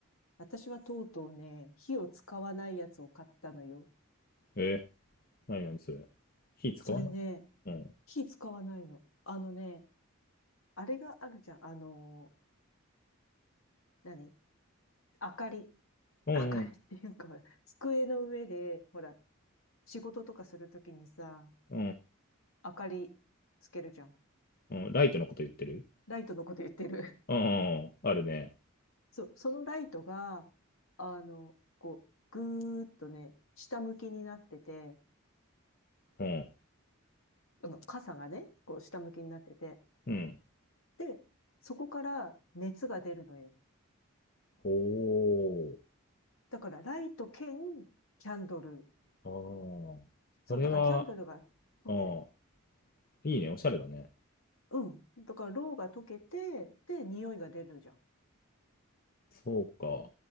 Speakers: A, on the left; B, on the left.
A: 私はとうとうね、火を使わないやつを買ったのよ。
B: えー、なになにそれ。火使わない
A: それね、
B: うん。
A: 火使わないの。あのね、あれがあるじゃん。あの、何明かり。
B: うん、
A: 明かりっていうか、ほら、机の上で、ほら、仕事とかするときにさ、
B: うん、うん、
A: 明かりつけるじゃん。
B: うんうん。ライトのこと言ってる
A: ライトのこと言ってる。
B: うん、うんうん、あるね。
A: <laughs> そう、そのライトが、あの、こう、ぐーっとね、下向きになってて、
B: うん、
A: あの、傘がね、こう下向きになってて。
B: うん。
A: で、そこから熱が出るのよ。
B: おー、
A: だからライト兼キャンドル。
B: ああ。
A: そう、
B: それは、
A: だからキャンドルが溶ける。
B: ああ、いいね、おしゃれだね。
A: うん。だからろうが溶けて、で、匂いが出るじゃん。
B: そうか。